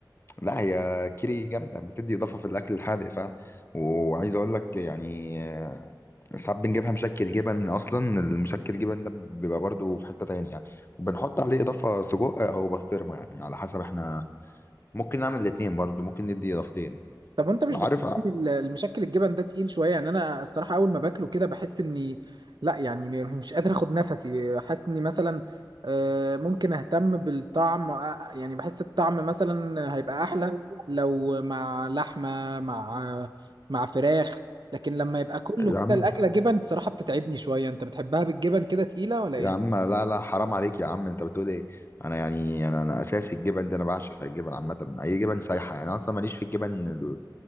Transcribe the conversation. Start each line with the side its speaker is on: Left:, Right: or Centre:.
Left: لا هي كيري جامده بتدي اضافه في الاكل الحادق ف وعايز اقول لك يعني آه، ساعات بنجيبها مشكل جبن اصلا المشكل جبن ده بيبقى برضو في حته تانية يعني وبنحط عليه اضافه سجق او بسطرمه يعني على حسب احنا ممكن نعمل الاتنين برضو ممكن ندي اضافتين
Right: طب وانت مش
Left: عارف
Right: بتحس
Left: ع-
Right: ان ال- المشكل الجبن ده تقيل شويه يعني انا الصراحه اول ما باكله كده بحس اني لا يعني م- مش قادر اخد نفسي حاسس اني مثلا آه، ممكن اهتم بالطعم آه، يعني بحس الطعم مثلا هيبقى احلى لو مع لحمه مع مع فراخ لكن لما يبقى كله
Left: يا
Right: كده
Left: عم
Right: الاكله جبن الصراحه بتتعبني شويه انت بتحبها بالجبن كده تقيله ولا ايه
Left: يا عم لا لا حرام عليك يا عم انت بتقول ايه انا يعني انا انا اساسي الجبن دي انا بعشق الجبن عامه اي جبن سايحه يعني انا اصلا ماليش في الجبن ال-